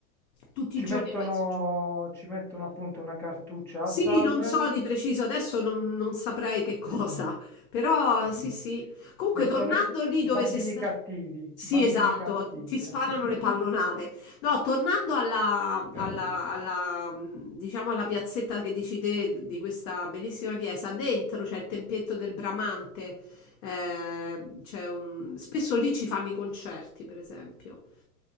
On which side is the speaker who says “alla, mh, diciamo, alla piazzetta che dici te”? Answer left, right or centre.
Left